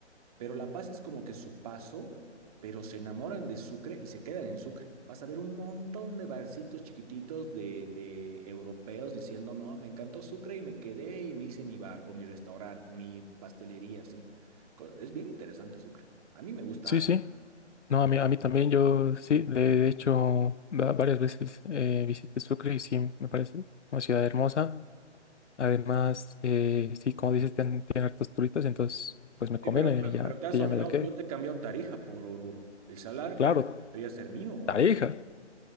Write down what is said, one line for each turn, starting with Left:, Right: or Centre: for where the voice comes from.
Right: pero La Paz es como que su paso, pero se enamoran de Sucre y se quedan en Sucre. Vas a ver un montón de barcitos chiquititos de, de europeos diciendo, no, me encantó Sucre y me quedé y me hice mi bar o mi restaurante o mi pastelería, así. Co- Es bien interesante Sucre. A mí me gusta
Left: Sí,
Right: harto.
Left: sí. No, a mí, a mí también, yo sí, de hecho, va- varias veces eh, visité Sucre y sí, me parece una ciudad hermosa. Además, eh, sí, como dices, tienen, tienen hartos turistas, entonces, pues me conviene
Right: Sí, pero,
Left: ya,
Right: pero te has
Left: que ya
Right: olvidado,
Left: me la quede.
Right: yo te he cambiado Tarija por Oruro. El salar
Left: Claro,
Right: creo que debería ser mío o
Left: Tarija,
Right: no.